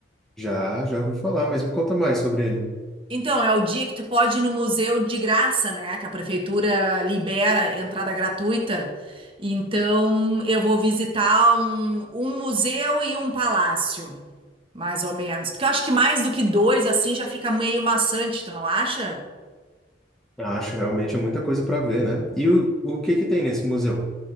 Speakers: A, in the centre; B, on the right.
A: Já, já ouvi falar, mas me conta mais sobre ele.
B: Então, é o dia que tu pode ir no museu de graça, né? Que a prefeitura libera entrada gratuita. Então, eu vou visitar um, um museu e um palácio, mais ou menos. Porque eu acho que mais do que dois, assim, já fica meio maçante, tu não acha?
A: Acho realmente é muita coisa para ver, né? E o, o que que tem nesse museu?